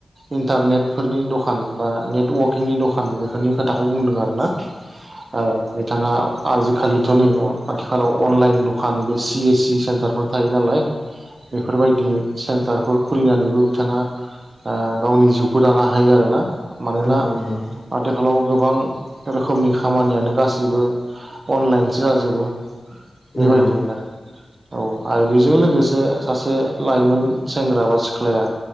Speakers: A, on the right; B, on the left.
A: इन्टारनेटफोरनि दखान बा नेटवारकिंनि दखान बेफोरनि खोथाखौ बुंदों आरो ना औ बिथाङा आजिखालिथ' नै आथिखालाव अनलाइन दखान बे सि एस सि सेन्टारफोर थायो नालाय बेफोरबायदि सेन्टारफोर खुलिनानैबो बिथाङा गावनि जिउखौ दानो हायो आरोना मानोना
B: नंगौ नंगौ
A: आथिखालाव गोबां रोखोमनि खामानियानो गासैबो अनलाइनसो जाजोबो
B: नंगौ
A: बेबायदिनो आरो औ आरो बेजों लोगोसे सासे लाइमोन सेंग्रा बा सिख्लाया